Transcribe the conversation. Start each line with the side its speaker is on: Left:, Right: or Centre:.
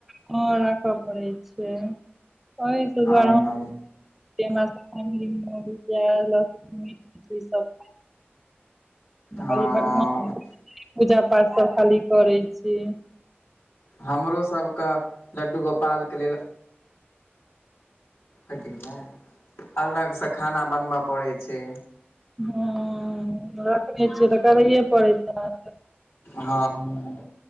Centre: हँ राखऽ पड़ै छै एहि से
Left: हँ
Centre: दुआरे म फम ल सब <unintelligible> खाली
Left: हँ
Centre: भगवान <unintelligible> पूजा पाठ सब खाली करै छी
Left: हमरो सबक लड्डू गोपालके लेल कथ नहि अलगसँ खाना बनब पड़ै छै
Centre: हँ रखने छियै तऽ करैए पड़ैत हैत
Left: हँ